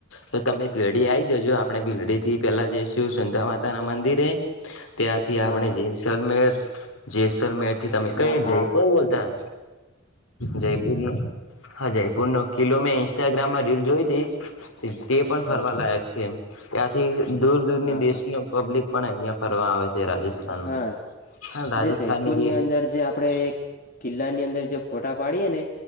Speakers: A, on the left; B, on the left.
A: તો તમે ભીલડી આઈ જજો. આપણે ભીલડીથી. થી પેલા જઈશું, સુંધા માતા ના મંદિરે ત્યાંથી
B: હા હા
A: આપણે જેસલમેર જે મે થી તમે
B: હા
A: કઈ
B: હા
A: જયપુર બોલતા? જયપુર ન હા, જયપુર. પૂર ન કિલો મેં ઇન્સ્ટાગ્રામમાં રીલ જોઈ હતી, તે પણ
B: હા
A: ફરવા
B: હા
A: લાયક છે, ત્યાંથી દૂર દૂરની
B: હા
A: દેશ
B: હા
A: નું પબ્લિક પણ અહિયાં ફરવા આવે છે રાજસ્થાનમાં.
B: હા
A: હા રાજસ્થાનની
B: જે જયપુરની
A: જે
B: અંદર જે આપડે એક કિલ્લા ની અંદર જે. ફોટા પાડીએે ને